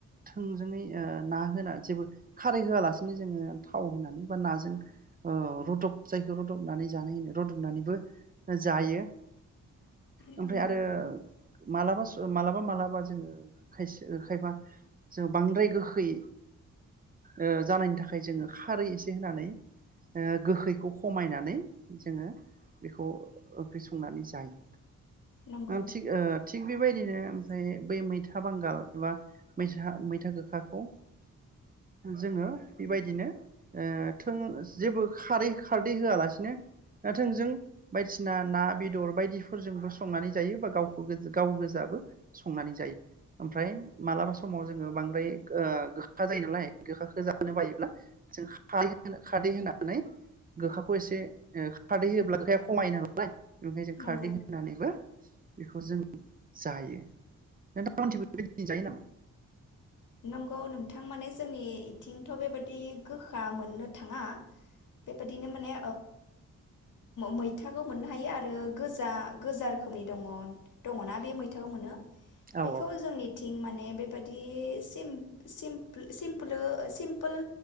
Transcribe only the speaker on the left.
नंगौ
नंगौ
नंगौ
नंगौ नोंथां माने जोंनि इथिंथ' बेबायादि गोखा मोननो थाङा बेबादिनो माने मैथाखौ मोननो हायो आरो गोजा गोजा रोखोमनि दङ दङना बे मैथाखौ मोनो
जोंनिथिं माने बेबादि सिमपोल सिमपोल